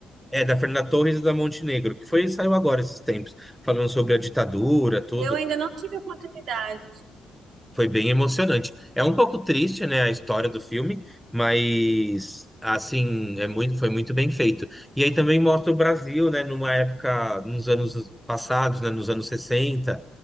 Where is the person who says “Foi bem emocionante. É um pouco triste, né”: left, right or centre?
Centre